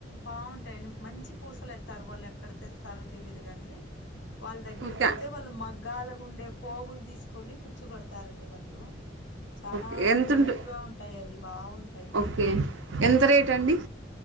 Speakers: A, on the left; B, on the right.
A: బాగుంటాయండి మంచి పూసలు ఏత్తర్రు వాళ్ళు ఎక్కడ తెత్తర్రో తెలీదు గాని వాళ్ళ దగ్గరకి
B: ఓకే
A: పోతే వాళ్ళు మగ్గాలగుండే పోగులు తీసుకొని కుచ్చు కడతారండి వాళ్ళు చానా
B: ఓకే ఎంతుంటు
A: క్యూట్ గా ఉంటాయివి బావుంటయి
B: ఓకే ఎంత
A: ఉం
B: రేట్ అండి